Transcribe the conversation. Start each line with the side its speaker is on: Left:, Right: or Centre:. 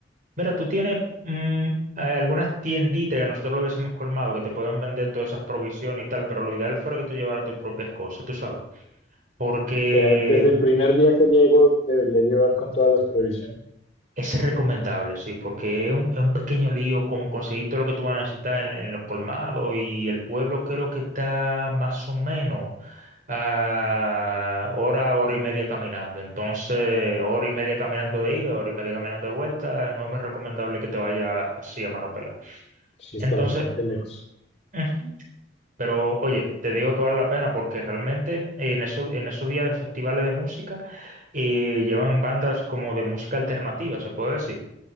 Right: Mira, tú tienes mm, eh, algunas tienditas que nosotros lo decimos colmado, que te pueden vender todas esas provisiones y tal, pero lo ideal fuera que tú llevaras tus propias cosas, tú sabes. Porque
Left: O sea, desde el primer día que llego debería llevar con todas las provisiones.
Right: es recomendable, sí, porque es un, es un pequeño lío como conseguir todo lo que tú vas a necesitar en, en los colmados y el pueblo creo que está más o menos a hora, hora y media caminando. Entonces, hora y media caminando de ida, hora y media caminando de vuelta, no es muy recomendable que te vaya así a mano pelada.
Left: Sí, está
Right: Entonces...
Left: bastante lejos.
Right: ujú. Pero oye, te digo que vale la pena porque realmente eh, en eso, en esos días de festivales de música eh, llevan bandas como de música alternativa, se puede decir,